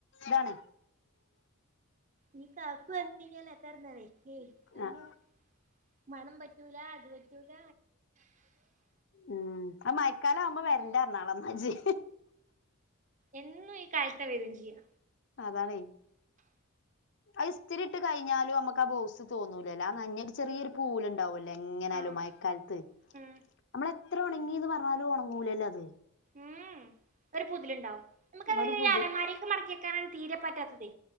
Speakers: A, on the left (about 55°); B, on the right (about 35°).
A: താണ്
B: നീ <unintelligible> അയ്‌നു
A: ആഹ്
B: മണം പ റ്റൂല അത്പറ്റുല
A: ഉം അഹ് മയക്കാലാവുമ്പോ വരണ്ടന്നർഞാള ഇന്നഇജ്
B: എന്നു ഈ കാൽത വെരുംചെയ്യാ
A: അതാണെ അഹ് ഇസ്തിരിട്ട് കഴിഞ്ഞാലു മ്മക്ക്ആ ബൗസ് തോന്നൂലല്ലോ അ നഞ്ഞത് ചെറിയൊരു പൂലുണ്ടാവൊ എങ്ങനായാലും
B: ആഹ്
A: മഴക്കാലത്ത്
B: ഉം
A: നമ്മളെത്ര ഉണങ്ങിന്ന് പറഞ്ഞാലും ഒണങ്ങൂലല്ലോ അത്
B: ഉം ഒരു പുതിലുണ്ടാവും നമ്മക്കഹ്
A: ഒരു പുതി
B: അലമാരേക്ക്മടക്കിക്കാൻ തീരെ പറ്റാത്തത്